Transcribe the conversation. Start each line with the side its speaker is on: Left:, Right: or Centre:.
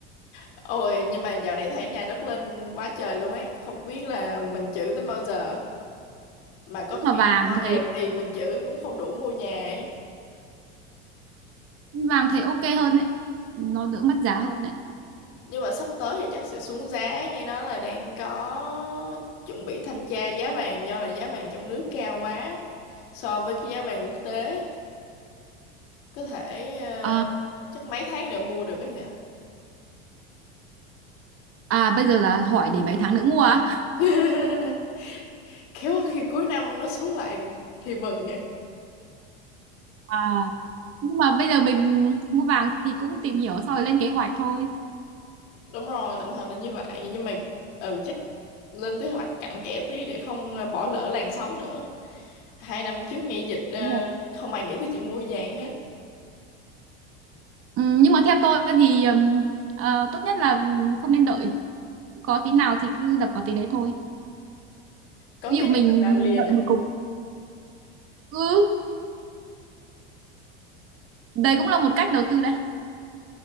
Left: ôi nhưng mà dạo này thấy nhà đất lên quá trời luôn ấy không biết là mình trữ tới bao giờ mà có
Right: nhưng
Left: khi
Right: mà vàng
Left: sau
Right: thấy
Left: này tiền mình trữ cũng không đủ mua nhà ấy
Right: vàng thấy ok hơn đấy nó đỡ mất giá hơn đấy
Left: nhưng mà sắp tới thì chắc sẽ xuống giá nghe nói là đang có chuẩn bị thanh tra giá vàng do là giá vàng trong nước cao quá so với cái giá vàng quốc tế có thể ờ,
Right: à,
Left: chắc mấy tháng nữa mua được ấy nhỉ
Right: à bây giờ là hỏi để mấy tháng nữa mua à?
Left: <laughs> khéo khi cuối năm nó xuống lại thì mừng
Right: à nhưng mà bây giờ mình mua vàng thì cũng tìm hiểu xong rồi lên kế hoạch thôi
Left: Đúng rồi, tạm thời là như vậy nhưng mà ừ chắc lên kế hoạch cặn kẽ tí để không ờ, bỏ lỡ làn sóng nữa. Hai năm trước nghe dịch ờ,
Right: Đúng rồi.
Left: không ai nghĩ tới chuyện mua vàng hết.
Right: ừ, nhưng mà theo tôi thì ừm, ờ, tốt nhất là không nên đợi có tí nào thì cứ đập vào tí đấy thôi
Left: Có
Right: ví
Left: tí
Right: dụ
Left: nào
Right: mình
Left: mình làm liền
Right: đợi
Left: á,
Right: một cục ừ đấy cũng là một cách đầu tư đấy